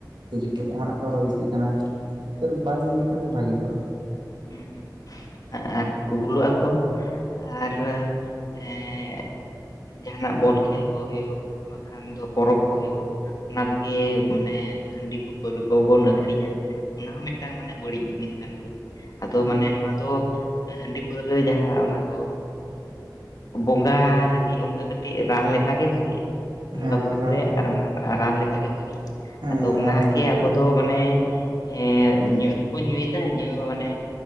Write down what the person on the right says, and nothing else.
ᱠᱟᱹᱡᱟᱹᱜ ᱠᱚᱨᱮ ᱮᱢᱱᱟᱜ ᱠᱚ ᱟᱨᱚ ᱵᱤᱥᱤᱜ ᱠᱟᱱᱟ᱾ ᱧᱮᱛᱮᱨ ᱵᱟᱭ ᱧᱩ ᱞᱮᱠᱷᱟᱱ ᱜᱮ ᱵᱷᱟᱹᱜᱤ ᱠᱚᱜᱼᱟ᱾
ᱦᱮᱸ
ᱨᱟᱱ
ᱞᱮᱠᱟ
ᱦᱮᱸ
ᱨᱟᱱ ᱞᱮᱠᱟ ᱵᱟᱠᱷᱟᱡ